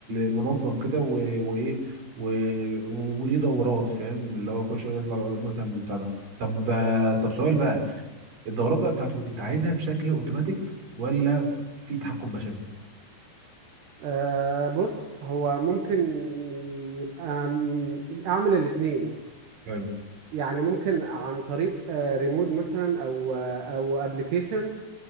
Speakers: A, on the right; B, on the right.
A: منظم كده و- وايه و- وليه دورات فاهم اللي هو كل شويه يطلع العروض مثلا بتاع ده طب طب سؤال بقى الدورات بقى بتاعته انت عايزها بشكل اوتوماتيك ولا في تحكم بشري
B: آه بص هو ممكن يبقى م- اعمل الاتنين
A: حلو
B: يعني ممكن عن طريق آه، ريموت مثلا او آه، او ابلكيشن